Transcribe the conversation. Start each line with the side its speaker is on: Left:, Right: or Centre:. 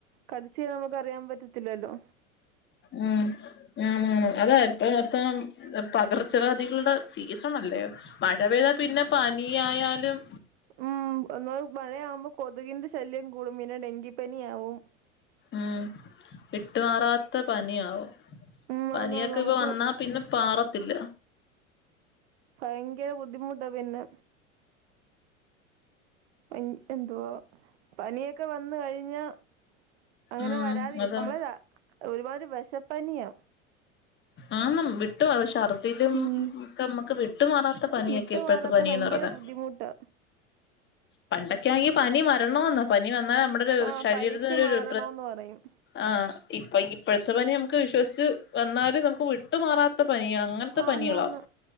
Right: കടിച്ച് നമുക്ക് അറിയാം പറ്റത്തില്ലല്ലോ
Left: ഉം ആ മാണം അതാ ഇപ്പ മൊത്തം പകർച്ചവ്യാധികൾടെ സീസണ അല്ലേയൊ മഴ പെയ്താ പിന്നെ പനിയായാലും
Right: ഉം <unintelligible> മഴയാവുമ്പ കൊതുകിന്റെ ശല്യം കൂടും പിന്നെ ഡെങ്കിപ്പനിയാവും
Left: ഉം വിട്ട് മാറാത്ത പനിയാവും
Right: ഉം
Left: പനിയൊക്ക
Right: ആന്ന് ആന്ന് നമുക്ക്
Left: ഇപ്പ വന്നാ പിന്നെ പാറത്തില്ല
Right: ഭയങ്കര ബുദ്ധിമുട്ടാ പിന്നെ എൻ എന്തുവാ പനിയൊക്ക വന്ന് കഴിഞ്ഞാ അങ്ങനെ
Left: ഉം
Right: വരാതി
Left: അതാ
Right: നമ്മളെ ഒരുമാതിരി വെഷ പനിയാ
Left: ആന്നം വി ട്ടു പ ശർദ്ദിലും
Right: ഉം
Left: ഒക്ക മ്മക്ക് വിട്ടുമാറാത്ത പനിയക്കെ
Right: വിട്ടു
Left: ഇപ്പഴത്തെ
Right: മാറാത്ത
Left: പനീന്ന്
Right: ഭയങ്കര
Left: പറഞ്ഞ
Right: ബുദ്ധിമുട്ടാ
Left: പണ്ടൊക്കയായെങ്കി പനി വരണോന്ന പനി വന്നാ നമ്മടെ ഒരു
Right: ആഹ്
Left: ശരീരത്തിനൊരു
Right: പനിച്ചു മാറണോന്ന്
Left: രു
Right: പറയും
Left: ആഹ് ഇപ്പ ഇപ്പഴത്തെ പനി നമുക്ക് വിശ്വസ്ച്ച് വന്നാല് നമുക്ക് വിട്ടുമാറാത്ത പനിയാ അങ്ങനത്തെ
Right: ആന്നാന്ന്
Left: പനികളാ